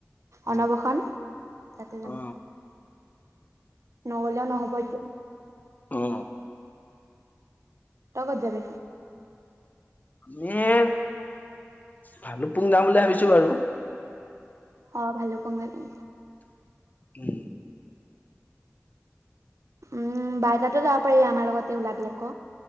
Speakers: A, on the left; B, on the right.
A: অ
B: অন্নপ্ৰশন, তাতে যাম।
A: অ অ
B: নগলে, নহ'ব এতিয়া
A: অ
B: তই ক'ত যাবি নো?
A: আমি এই ভালুকপুং যাম বুলি ভাবিছো বাৰু।
B: অ, ভালোকপুং যাবি।
A: উম
B: উম, বাৰ তাতে যাব পাৰিবি, আমাৰ লগতে ওলাবি আক।